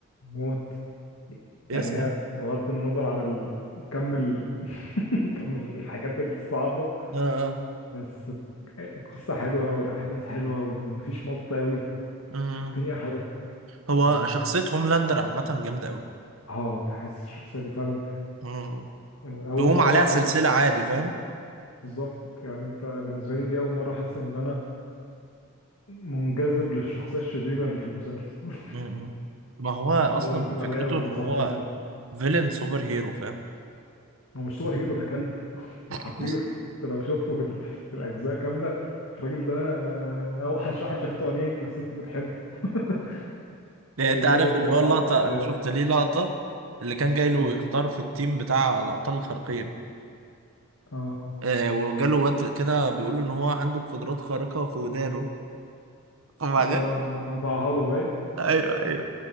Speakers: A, on the left; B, on the right.
A: موت
B: يستحق
A: يعني هي بغض النظر عن ال... كم ال... <laughs> كم الحاجات الصعبة
B: اه اه
A: بس القصة حلوة والأحداث حلوة ومفيش مط أوي
B: آه.
A: الدنيا حلوة
B: هو
A: يعني
B: شخصية هوملاندر عامة جامدة أوي
A: اه تحس الشخصية دي فعلا
B: مم.
A: آه، أول
B: تقوم
A: مرة
B: عليها
A: آه،
B: سلسلة عادي فاهم
A: بالظبط يعني أنت بالنسبة لي دي أول مرة أحس إن أنا منجذب للشخصية الشريرة اللي في المسلسل <laughs>
B: مم. ما هو
A: الموضوع
B: أصلا
A: ده جديد
B: فكرته
A: عليا وبسطني
B: إن هو
A: موت
B: فيلن سوبر هيرو فاهم
A: هو مش سوبر هيرو ده كلب <laughs> ده
B: <laughs>
A: حقير أنت لو شفته في, ال... في الأجزاء كاملة الراجل ده آه، أوحش واحد شافته عينيك بس أنت بتحبه <laughs>
B: يعني
A: جايبينه
B: أنت عارف
A: برضه
B: اللي هو
A: معرض
B: اللقطة
A: ل
B: أنا شفت ليه لقطة اللي كان جاي له
A: اه
B: يختار في التيم بتاع الأبطال الخارقين
A: اه
B: آه وجاله واد كده بيقول له إن هو عنده قدرات خارقة في ودانه وبعدين
A: اه
B: <laughs>
A: ما ما قطعها له باين
B: ايوه ايوه